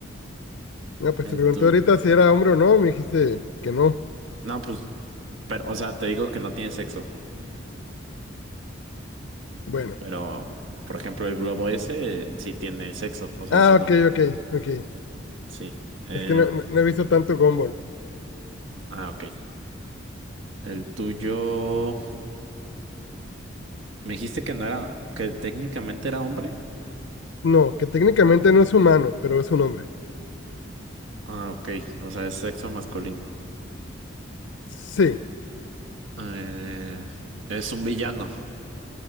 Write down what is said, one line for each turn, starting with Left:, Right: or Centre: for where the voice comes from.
Left: No, pues
Right: El
Left: te pregunté
Right: tuyo.
Left: ahorita si era hombre o no, me dijiste que no.
Right: No, pues, pero, o sea, te digo que no tiene sexo,
Left: Bueno.
Right: pero, por ejemplo, el globo ese eh, sí tiene sexo, o sea,
Left: Ah,
Right: es un
Left: ok,
Right: hombre,
Left: ok, ok.
Right: sí. Em,
Left: Es que no, no- no he visto tanto Gumball.
Right: ah, ok. El tuyo, me dijiste que no era, que técnicamente era hombre.
Left: No, que técnicamente no es humano, pero es un hombre.
Right: Ah, ok, o sea, es sexo masculino.
Left: Sí.
Right: Eh, es un villano,